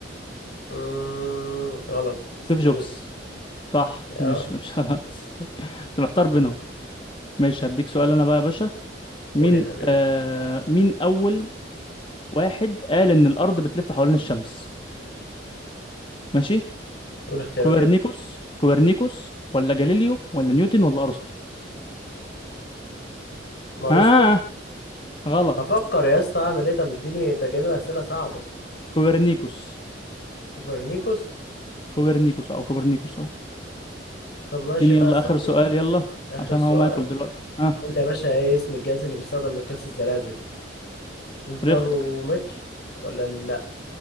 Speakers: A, on the left; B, on the left.
A: مم، غلط ستيف
B: ستيف جوبز
A: جوبز
B: صح
A: يا
B: مش مش <laughs> خلاص طيب كنت محتار بينهم ماشي هديك سؤال انا بقى يا باشا مين
A: قول يا حبيبي
B: آه مين اول واحد قال ان الارض بتلف حوالين الشمس ماشي
A: قول اختيارك
B: كوبرنيكوس
A: كده
B: كوبرنيكوس ولا جاليليو ولا نيوتن ولا ارسطو
A: ما رستو
B: ها آه غلط
A: بفكر يا اسطى أعمل إيه طب اديني أنت جايب لي أسئلة صعبة
B: كوبرنيكوس
A: كوبرنيكوس
B: كوبرنيكوس او كوبرنيكوس اه
A: طب ماشي
B: اديني
A: بقى
B: يلا
A: يا صاحبي
B: اخر سؤال يلا
A: آخر
B: عشان
A: سؤال
B: هو ما ياكل دلوقتي ها
A: قول لي يا باشا إيه اسم الجهاز اللي بيستخدم لقياس الزلازل البارومتر
B: ريختر
A: ولا لا